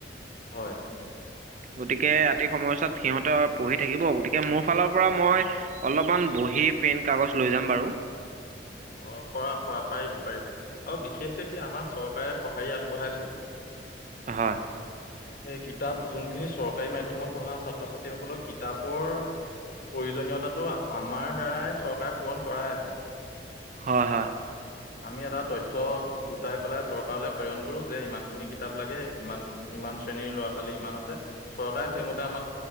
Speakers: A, on the left; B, on the right.
A: হয়।
B: গতিকে ৰাতি সময়চোৱাত সিহঁতে পঢ়ি থাকিব। গতিকে মোৰ ফালৰ পৰা মই অলপমান বহি, পেন, কাগজ লৈ যাম বাৰু।
A: অ পৰা। পৰা। পাৰিব। পাৰিব। আৰু বিশেষকে কি আমাৰ চৰকাৰে সঁহাৰি আগবঢ়াইছে?
B: হয়।
A: এই কিতাপ যোনখিনি চৰকাৰী মাধ্যমত পঢ়া ছাত্ৰ-ছাত্ৰীসকলক কিতাপৰ প্ৰয়োজনীয়তাটো আমাৰ দ্বাৰাই চৰকাৰে পূৰণ কৰাই আছে।
B: হয় -হয়।
A: আমি এটা তথ্য গোটাই পেলাই চৰকাৰলৈ প্ৰেৰণ কৰো যে, ইমান খিনি কিতাপ লাগে। ইমান- ইমান শ্ৰেণীৰ ল'ৰা ছোৱালী -ছোৱালী ইমান আছে। চৰকাৰে সেইমতে আমাক,